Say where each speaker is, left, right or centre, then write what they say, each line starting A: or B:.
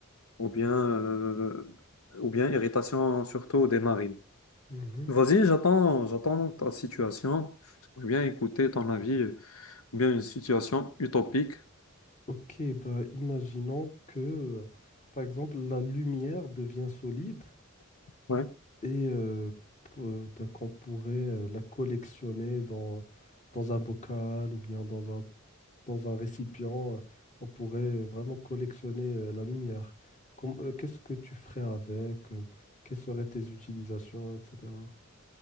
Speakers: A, on the left; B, on the left.
A: ou bien, euh, ou bien irritation, surtout des narines.
B: mhm.
A: Vas-y, j'attends, j'attends ta situation. J'aimerais bien écouter ton avis, euh, ou bien une situation utopique.
B: Ok, bah, imaginons que, euh, par exemple, la lumière devient solide
A: Ouais.
B: et euh, p- euh, ben, qu'on pourrait euh, la collectionner dans, dans un bocal ou bien dans un, dans un récipient. euh, On pourrait vraiment collectionner euh, la lumière. Comme- euh, qu'est-ce que tu ferais avec? euh, quelles seraient tes utilisations, etc.